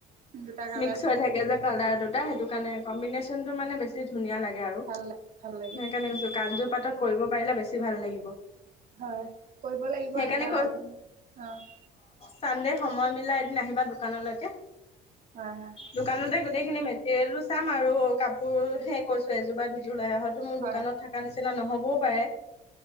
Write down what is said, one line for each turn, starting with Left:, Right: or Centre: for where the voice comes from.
Right: দুটা কালাৰ
Left: মিক্স হৈ থাকে যে কালাৰটো <unintelligible> সেইটো কাণে কম্বিনেচনতো মানে বেছি ধুনীয়া লাগে আৰু
Right: ভাল লাগে ভাল লাগে
Left: সেইকাৰণে কৈছো কান্জু পাতত কৰিব পাৰিলে বেছি বেছি ভাল লাগিব।
Right: হয় কৰিব লাগিব
Left: সেইকাৰণে
Right: এতিয়া অলপ, অঁ
Left: চান্দে সময় মিলাই আহিবা দোকানলৈকে,
Right: হয় হয়
Left: দোকানতে গৈ গোটেইখিনি মেটেৰিয়েলো চাম আৰু কাপোৰ হে কৈছোঁ এজো বা দুযো উলাই অহাটো মোৰ
Right: হয়
Left: দোকানত থাকা নিচনা নিচিনা নহ'বও পাৰে,